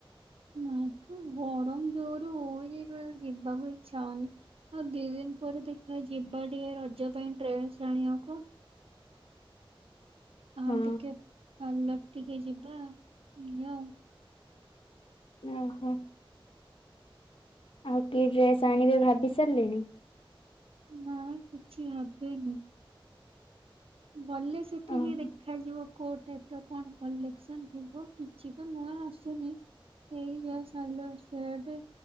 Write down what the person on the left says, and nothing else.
ହଁ
ଓହୋ। ଆଉ କି ଡ୍ରେସ ଆଣିବେ ଭାବି ସାରିଲେଣିି?
ଓହୋ